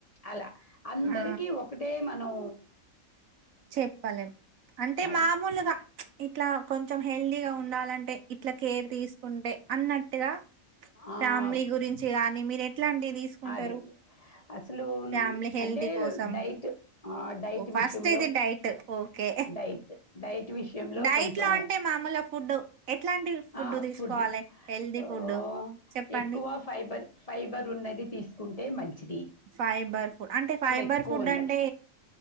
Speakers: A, on the left; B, on the right.
A: అలా అందరికీ
B: ఆ
A: ఒకటే మనం
B: చెప్పలేం అంటే
A: అది.
B: మామూలుగా ఇట్లా కొంచెం హెల్తీగా ఉండాలంటే ఇట్లా కేర్ తీసుకుంటే అన్నట్టుగా
A: ఆహ్,
B: ఫ్యామిలీ గురించి గాని మీరు ఎట్లాంటి తీసుకుంటారు
A: అదేలే. అసలు
B: ఫ్యామిలీ హెల్తీ
A: అంటే
B: కోసం
A: డైట్ డైట్
B: ఓ ఫస్ట్
A: విషయం లో
B: ఇది డైట్ ఓకే
A: డైట్ డైట్ విషయంలో
B: డైట్
A: కొంచెం
B: లో అంటే మామూలు ఫుడ్ ఎట్లాంటి
A: ఆ
B: తీసుకోవాలి
A: ఫుడ్
B: హెల్దీ
A: హ్
B: ఫుడ్ చెప్పండి
A: ఎక్కువ ఫైబర్ ఫైబర్ ఉన్నది తీసుకుంటే మంచిది
B: ఫైబర్ ఫుడ్ అంటే ఫైబర్
A: ఎక్కువ
B: ఫుడ్
A: ఉన్నది
B: అంటే